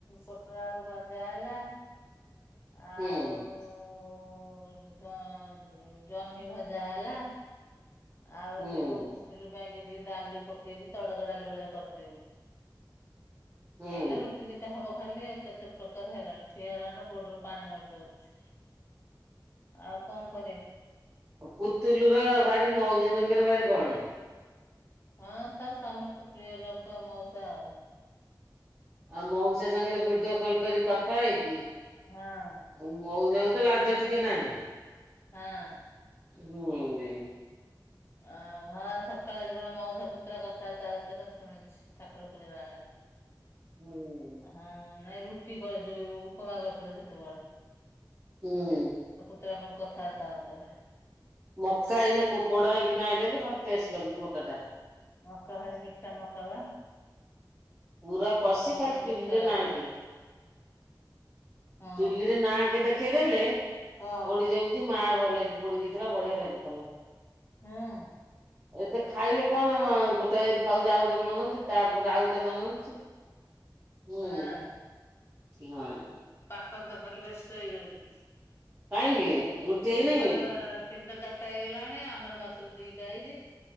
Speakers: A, on the left; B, on the right.
A: ପୋଟଳ ଆଳୁ ଭଜା ହେଲା । ଆ
B: ହୁଁ
A: ଉ ଉ ଉ ଉଉ ଝ ଜହ୍ନି ଭଜା ହେଲା । ଆଉ
B: ହୁଁ
A: ଟିକେ ମୋ ପୁତୁଲୁ ପାଇଁ କି? ଟିକେ ଡାଲି ପକେଇଛି ତଡକା ଡାଲି ଭଳିଆ କରିଦେବି ।
B: ହୁଁ।
A: ଖାଲି ରୁଟି ଦିଟା ହବ ଖାଲି, ଆଉ କେତେ ପ୍ରକାର ହେଲାଣି, ଠିଆ ହେଲାଠୁ ଗୋଡରୁ ପାଣି ମାରିଦଉଛୁ, ଆଉ କଣ କରିବା?
B: ପୁତୁଲୁ ର ଭାରି ମଉସା ସାଙ୍ଗରେ ଭାରି ଗଣେଇ
A: ହଁ ତାର ସମସ୍ତେ ପ୍ରିୟ ଲୋକ ମଉସା ଆଉ
B: ଆଉ ମଉସା ସାଙ୍ଗରେ ଭିଡିଓ କଲ କରି କଥା ହେଇକି,
A: ହଁ।
B: ଆଉ ମଉସା ତ ଲାଜ ଟିକେ ନାହିଁ ।
A: ହଁ
B: ହୁଁ ଉଁ
A: ଆଉ ହଁ ସ ସକାଳେ ଆଜି କଣ ମଉଷା ପୁତୁରା କଥାବାର୍ତ୍ତା ହଉଥିଲେ, ଶୁଣିଛି, ଠାକୁର ପୂଜିଲା ବେଳେ
B: ହୁଁ
A: ହଁ, ନାଇଁ ରୁଟି କରିଦେବି, ଉପମା କରିଥିଲି ସେତେବେଳେ
B: ହୁଁ ଉଁ
A: କେତ କଣ କଥାବାର୍ତ୍ତା ହଉଥିଲେ ।
B: ମକା ଏଇନା କୁପଡା ହେଇକିନା ଆଇଲା ଯେ ଭାରି ଟେଷ୍ଟ ଲାଗୁଛି ମକା ଟା ।
A: ମକା ଭାରି ମିଠା ମକା ବା
B: ପୁରା କଷି,
A: ଭ ଭଲ
B: ଖାଲି
A: ମିଠା
B: ଚୁଲିରେ
A: ଲାଗୁଥାଏ
B: ନାକି
A: ହଁ
B: ଚୁଲିରେ ନାଁ କେ ଦେଖ ପକେଇଦେଲେ
A: ହଁ
B: ପୋଡିଯାଉଛି, ମା ଭଲ କି ପୋଡି ଦେଇଥିଲା, ବଢିଆ ଲାଗୁଥିଲା ।
A: ହୁଁ ଉଁ
B: ଏତେ ଖାଇଲେ କଣ? ଗୋଟାଏ ସକାଳୁ ଯା ଗୋଟେ ମନଉଛି, ତାପରେ ଆଉ ଗୋଟେ ମନଉଛି, ହୁଁ ଉଁ
A: ଆଁ।
B: ନାଇଁମ
A: ଆପଣ ତ ଖାଲି ବ୍ୟସ୍ତ ହେଇଯାଉଛି ।
B: କାହିଁକି? ରୁଟି ହେଇନି
A: ମିଲି ର
B: ବୋଲି
A: ତିନିଟା ଚାରିଟା ହେଇଗଲାଣି, ଆମର ମାତ୍ର ଦି ଟା ହେଇଛି,